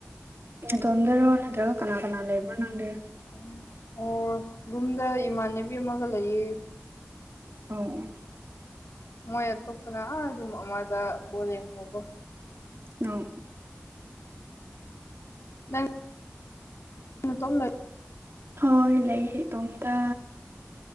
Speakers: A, on the right (about 55°); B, on the left (about 75°).
A: ꯅꯇꯣꯝꯗꯔꯣ ꯅꯠꯇ꯭ꯔꯒ ꯀꯅꯥ ꯀꯅꯥ ꯂꯩꯕ꯭ꯔꯣ ꯅꯪꯗꯤ
B: ꯎꯝ ꯑꯣ ꯔꯨꯝꯗ ꯏꯃꯥꯟꯅꯕꯤ ꯑꯃꯒ ꯂꯩꯌꯦ
A: ꯑꯣ
B: ꯃꯣꯏ ꯑꯇꯣꯞꯄꯅ ꯑꯥ ꯔꯨꯝ ꯑꯃꯗ ꯕꯣꯜ ꯌꯦꯡꯍꯧꯕ
A: ꯅꯣꯡ
B: ꯅꯪ ꯅꯇꯣꯝ ꯂꯩ
A: ꯍꯣꯏ ꯂꯩꯌꯦ ꯏꯇꯣꯝꯇ